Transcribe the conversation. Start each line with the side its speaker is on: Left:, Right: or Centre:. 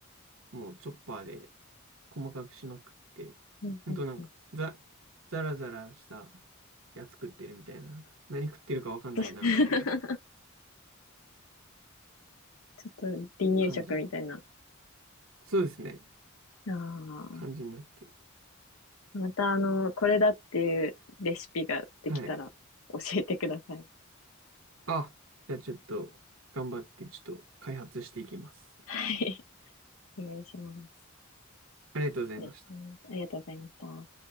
Right: もうチョッパーで細かくしまくって、
Left: うんうんうん。
Right: ほんとなんか、ザ、ザラザラしたやつ食ってるみたいな、なんか、何食ってるかわかんないな、
Left: <laughs> ちょ
Right: みたいな
Left: っと離乳食みたいな。
Right: 感じに。
Left: あ
Right: そうですね。
Left: あ。
Right: 感じになって。
Left: またあの、これだっていうレシピができたら教えてください。
Right: はい。あ、じゃあちょっと、頑張って、ちょっと開発していきます。
Left: はい。お願いします。
Right: ありがとうございました。
Left: ね、うんありがとうございました。